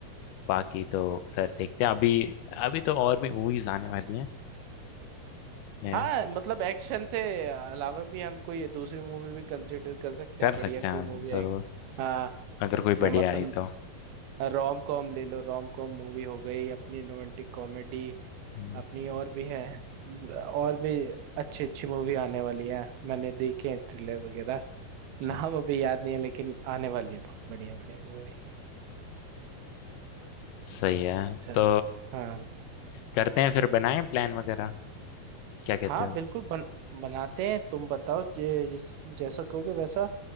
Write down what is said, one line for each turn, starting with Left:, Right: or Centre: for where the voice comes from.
Left: बाकी तो फिर देखते हैं अभी अभी तो और भी मूवीज आने वाली हैं ये
Right: हाँ मतलब एक्शन से अलावा भी हम कोई दूसरी मूवी भी कंसिडर कर सकते
Left: कर
Right: हैं बढ़िया
Left: सकते
Right: कोई
Left: हैं आज
Right: मूवी
Left: जरूर
Right: आएगी हाँ
Left: अगर कोई बढ़िया
Right: मतलब
Left: आई तो
Right: रोम कॉम ले लो रोम कॉम मूवी हो गई अपनी रोमांटिक कॉमेडी
Left: हम्म,
Right: अपनी और भी है और भी अच्छी अच्छी मूवी आने वाली है मैंने देखे हैं ट्रेलर वगैरह
Left: अच्छा
Right: नाम अभी याद नहीं है लेकिन आने वाली है बहुत बढ़िया बढ़िया मूवी
Left: सही है
Right: अच्छा
Left: तो
Right: हाँ
Left: करते हैं फिर बनाएं प्लान वगैरह क्या कहते
Right: हाँ
Left: हो
Right: बिल्कुल बन, बनाते हैं तुम बताओ जे- जिस जैसा कहोगे वैसा